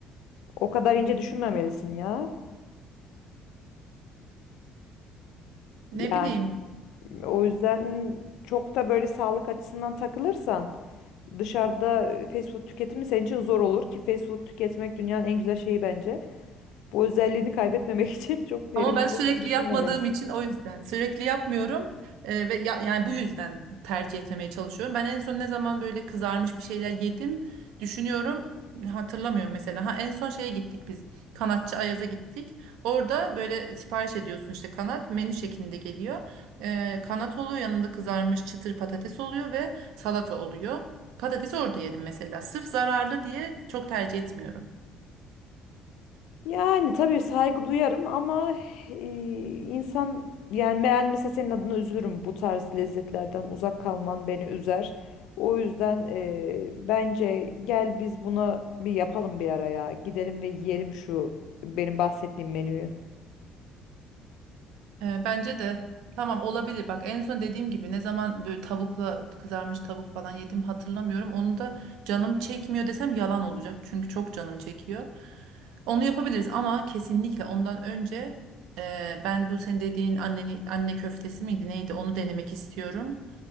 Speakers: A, on the left; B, on the right.
A: O kadar ince düşünmemelisin ya.
B: Ne
A: Yani
B: bileyim.
A: o yüzden çok da böyle sağlık açısından takılırsan dışarıda fast food tüketimi senin için zor olur ki fast food tüketmek dünyanın en güzel şeyi bence. Bu özelliğini kaybetmemek <laughs> için çok derinlemesine
B: Ama ben sürekli
A: düşünmemelisin.
B: yapmadığım için o yüzden sürekli yapmıyorum Ee, ve ya- yani bu yüzden tercih etmemeye çalışıyorum. Ben en son ne zaman böyle kızarmış bir şeyler yedim düşünüyorum hatırlamıyorum mesela. Ha en son şeye gittik biz kanatçı Ayaz'a gittik. Orada böyle sipariş ediyorsun işte kanat menü şeklinde geliyor. Ee, kanat oluyor yanında kızarmış çıtır patates oluyor ve salata oluyor. Patatesi orada yedim mesela. Sırf zararlı diye çok tercih etmiyorum.
A: Yani tabii saygı duyarım ama e, insan yani ben mesela senin adına üzülürüm bu tarz lezzetlerden uzak kalman beni üzer. O yüzden e, bence gel biz buna bir yapalım bir araya. Gidelim ve yiyelim şu benim bahsettiğim menüyü.
B: E, bence de tamam olabilir. Bak en son dediğim gibi ne zaman böyle tavukla kızarmış tavuk falan yedim hatırlamıyorum. Onu da canım çekmiyor desem yalan olacak. Çünkü çok canım çekiyor. Onu yapabiliriz ama kesinlikle ondan önce e, ben bu senin dediğin anneni, anne köftesi miydi neydi onu denemek istiyorum.